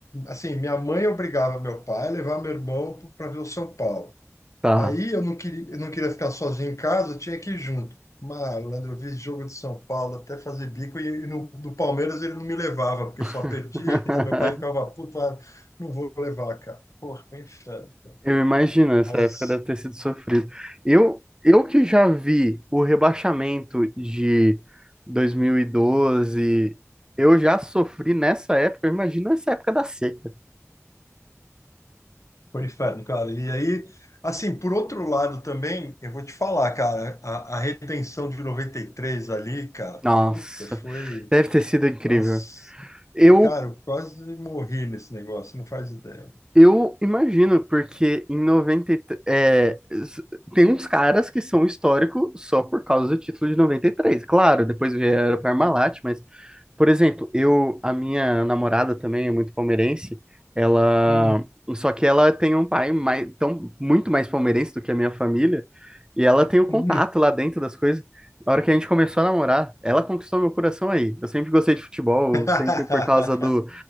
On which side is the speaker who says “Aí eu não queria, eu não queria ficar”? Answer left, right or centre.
Left